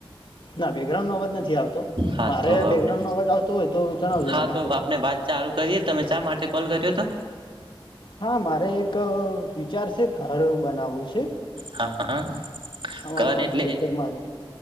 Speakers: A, on the left; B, on the right.
A: ના બેકગ્રાઉન્ડ નો અવાજ નથી આવતો
B: હા
A: મારે
B: તો આપણે
A: બેકગ્રાઉન્ડ નો અવાજ આવતો હોય તો જણાવજો
B: હા
A: મને.
B: તો આપણે વાત ચાલુ કરીએ તમે શા માટે કોલ કર્યો તો?
A: હા મારે એક વિચાર છે ઘર બનાવવું છે.
B: હા હા
A: અમારા
B: ઘર એટલે?
A: ખેતરમાં જ